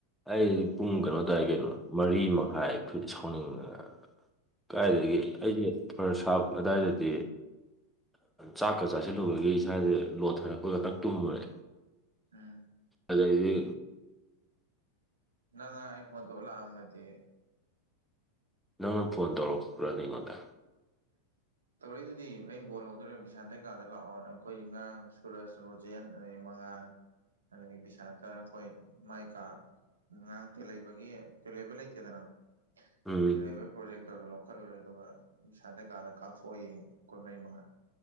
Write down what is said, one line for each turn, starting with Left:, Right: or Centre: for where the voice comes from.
Centre: ꯑꯩ ꯄꯨꯡ ꯀꯩꯅꯣ ꯑꯗꯨꯋꯥꯏ ꯀꯩꯅꯣ ꯃꯔꯤ ꯃꯈꯥꯏꯠ ꯁꯥꯎꯅꯤꯡꯉ ꯀꯥꯏꯗꯒꯤ
Right: ꯎꯝ
Centre: ꯑꯩꯁꯦ ꯈꯔ ꯁꯥꯞ ꯑꯗꯨꯗꯥꯋꯥꯏꯗꯗꯤ ꯆꯥꯛꯀ ꯆꯥꯁꯤꯜꯂꯨꯕꯒꯤ ꯏꯁꯥꯁꯦ ꯂꯣꯟꯊꯔꯛꯄ ꯈꯛꯇꯪ ꯇꯨꯝꯉꯨꯔꯦ
Right: ꯎꯝ
Centre: ꯑꯗꯗꯤ
Right: ꯅꯪ ꯉꯔꯥꯡ ꯑꯩ ꯐꯣꯟ ꯇꯧꯔ ꯂꯥꯛꯑꯝꯃꯗꯤ
Centre: ꯅꯪꯅ ꯐꯣꯟ ꯇꯧꯔꯛꯄ꯭ꯔꯅꯦ ꯑꯩꯉꯣꯟꯗ
Right: ꯇꯧꯔꯛꯏꯗꯨꯗꯤ ꯑꯩ ꯕꯣꯜ ꯍꯧꯗꯣꯔꯦ ꯕꯤꯁꯥꯟꯇꯩ ꯀꯥꯗ ꯂꯥꯛꯑꯣꯅ ꯑꯈꯣꯏ ꯉꯔꯥꯡ ꯁꯨꯔꯁ ꯔꯣꯖꯦꯟ ꯑꯗꯩ ꯃꯉꯥ ꯑꯗꯒꯤ ꯕꯤꯁꯥꯟꯇ ꯑꯈꯣꯏ ꯃꯥꯏ ꯀꯥ ꯉꯥꯡꯔꯥꯡ ꯇꯦꯜꯍꯩꯕꯒꯤ ꯇꯦꯜꯍꯩꯕ ꯂꯩꯇꯦꯗꯅ
Centre: ꯎꯝ
Right: ꯇꯦꯜꯍꯩꯕꯒꯤ ꯄ꯭ꯔꯣꯖꯦꯛꯇꯔꯗꯣ ꯂꯧꯈꯠꯂꯨꯔꯦ ꯑꯗꯨꯒ ꯕꯤꯁꯥꯟꯇ ꯀꯥꯗ ꯀꯥꯞꯊꯣꯛꯑ ꯌꯦꯡꯉꯦ ꯀꯣꯟꯅꯩ ꯃꯥ